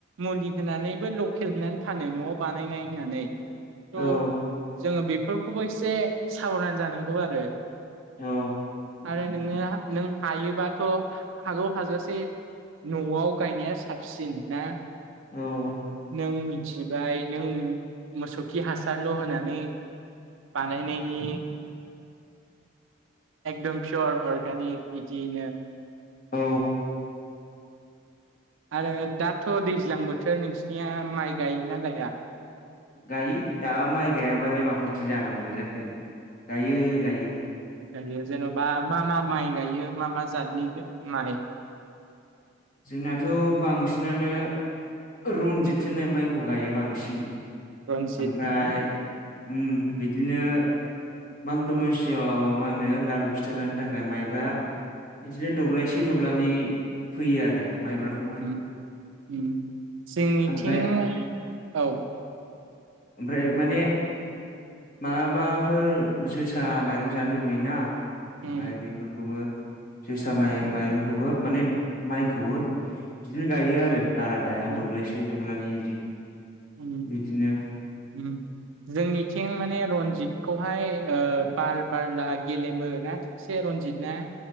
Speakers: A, on the right (about 75°); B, on the left (about 40°).
A: मुलि होनानैबो लखेल फानो न'आव बानायनाय होननानै थ'
B: औ
A: जोङो बेफोरखौबो एसे साबधान जानांगौ आरो
B: औ
A: आरो नोङो नों हायोबाथ' हागौ हाजासे न'आव गायनाया साबसिन ना
B: उम
A: नों मिथिबाय नों मोसौ खि हासारल' होनानै बानायनायनि एकदम पियर अर्गानिक बिदिनो
B: औ
A: आरो दाथ' दैज्लां बोथोर नोंसिनिया माइ गायोना गाया‌?
B: गायो दा माइ गायाबालाय माखौथो‌ जानांगौ जाखो गायो गायो
A: गायो जेन'बा मा मा माइ गायो मा मा जातनि माइ
B: जोंनाथ' बांसिनानो रनजित होनाय माइखौ गायो बांसिन।
A: रन्जित
B: ओमफ्राय
A: हो
B: उम बिदिनो माग दमासियाव मा होनो लारु फिथा जानो थाखाय माइब्रा बिदिनो दब्लायसे दब्लानै फैयो आरो माइब्राखौबो
A: उम उम उम जोंनिथिं
B: ओमफ्राय
A: औ
B: ओमफ्राय माने माबाफोर जोसा माइरं जानो लुबैयोना
A: उम
B: ओमफ्राय बेफोरखौबो जोसा माइ माइरंखौबो माने माइखौबो बिदिनो गायो आरो बारा गाया
A: उम
B: दब्लायसे दब्लनि बिदि
A: उम
B: बिदिनो
A: उम जोंनिथिं माने रनजित खौहाय ओ बार बारला गेलेमो ना थिकसे रनजित ना